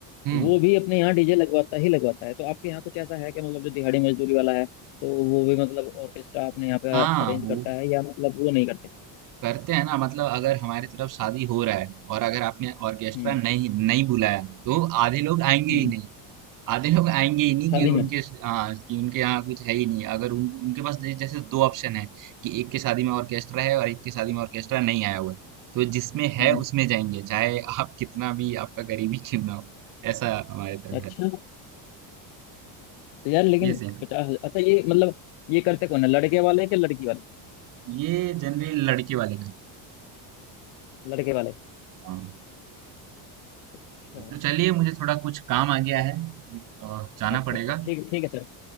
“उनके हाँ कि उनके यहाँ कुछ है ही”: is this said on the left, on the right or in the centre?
Right